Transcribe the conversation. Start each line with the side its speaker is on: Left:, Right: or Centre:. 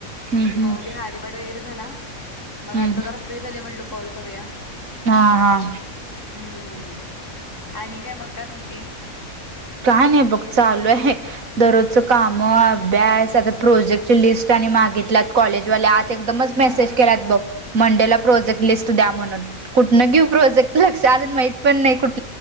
Right: हम्म
Left: मग ते हरिपाठ वगैरे झाला.
Right: हम्म
Left: मग आता
Right: हम्म.
Left: जरा फ्री झाली म्हटलं कॉल करूया.
Right: हा हा
Left: हम्म. आणि काय मग काय म्हणतीस?
Right: काय नाही बघ, चालू आहे दररोजचं काम. म अभ्यास आता प्रोजेक्टची लिस्ट आणि मागितल्या कॉलेजवाल्या आज. एकदमच मेसेज
Left: हा
Right: केल्यात बघ मंडेला प्रोजेक्ट लिस्ट द्या म्हणून कुठनं घेऊ प्रोजेक्ट लक्ष अजून माहित पण नाही कुठ